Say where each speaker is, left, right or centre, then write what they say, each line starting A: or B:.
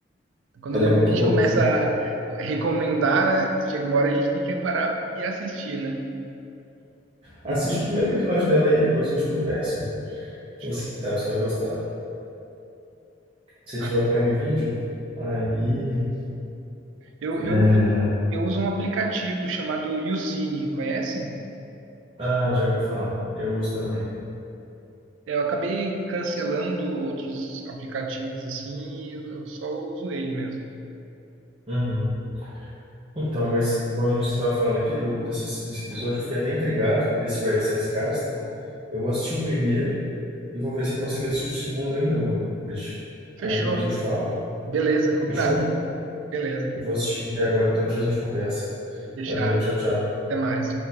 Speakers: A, on the right (about 80°); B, on the right (about 30°).
A: Quando
B: Ela
A: muita
B: é muito
A: gente
B: boa,
A: começa
B: viu?
A: a recomendar, né? Chega uma hora a gente tem que parar e assistir, né?
B: Assiste
A: uhum.
B: o primeiro episódio dela aí, depois a gente conversa.
A: Show.
B: Quem sabe você vai gostar. Se
A: Ah,
B: tiver o Prime Video, aí.
A: eu,
B: É.
A: eu, eu uso um aplicativo chamado YouCine, conhece?
B: Ah, já ouvi falar. Eu uso também.
A: Eu acabei cancelando outros aplicativos assim, e eu eu só uso ele mesmo.
B: Uhum. Então, mas igual a gente estava falando aqui do, dessas- desse episódio, eu fiquei até intrigado desse USS Callister. Eu vou assistir o primeiro e vou ver se eu consigo assistir o segundo ainda hoje.
A: Fechou.
B: Aí depois eu te falo.
A: Beleza, combinado.
B: Fechou?
A: Beleza,
B: Eu vou assistir aqui agora, então depois a gente conversa.
A: fechado.
B: Valeu, tchau, tchau.
A: Até mais.